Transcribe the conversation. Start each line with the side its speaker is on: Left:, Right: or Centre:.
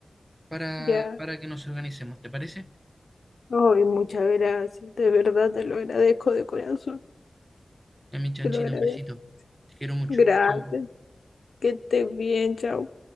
Right: para,
Left: Ya,
Right: para que nos organicemos, ¿te parece?
Left: ay, muchas gracias, de verdad te lo agradezco de corazón,
Right: Ya mi chanchito,
Left: te lo agradezco.
Right: un besito. Te quiero mucho.
Left: Gracias,
Right: Chao.
Left: que estés bien, chao.